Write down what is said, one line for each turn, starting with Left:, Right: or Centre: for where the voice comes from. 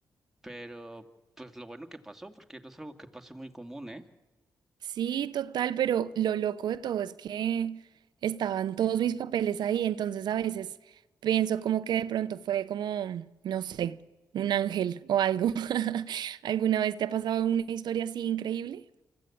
Centre: pero pues lo bueno que pasó, porque no es algo que pase muy común, ¿eh?
Right: Sí, total, pero lo loco de todo es que estaban todos mis papeles ahí, entonces a veces pienso como que de pronto fue como, no sé, un ángel o algo. <laughs> ¿Alguna vez te ha pasado una historia así increíble?